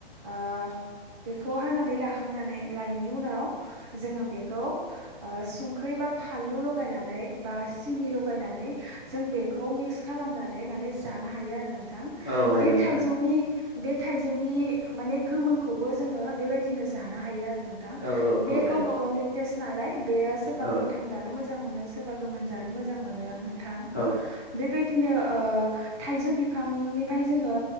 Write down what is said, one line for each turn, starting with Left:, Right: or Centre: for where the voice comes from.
Right: ओ बेखौ हानानै लाखांनानै लायनि उनाव जोङो बेखौ ओ संख्रै बा फानलु लगायनानै बा सिनि लगायनानै जों बेखौ मिक्स खालामनानै माने जानो हायो आरो नों थां
Left: औ हायो
Right: बे
Left: नोंथां
Right: थाइजौनि बे थाइजौनि माने गोमोनखौबो जोङो बेबायदिनो जानो हायो आरो नोंथां
Left: हायो औ
Right: बे
Left: औ
Right: गावबा
Left: हायो
Right: गावनि टेस नालाय बेयो सोरबा
Left: औ
Right: गोथां जानो मोजां मोजां मोनो सोरबा गोमोन जानो मोजां मोनो नोंथां
Left: औ
Right: बेबायदिनो ओ थाइजौ बिफांनिफ्राय जोङो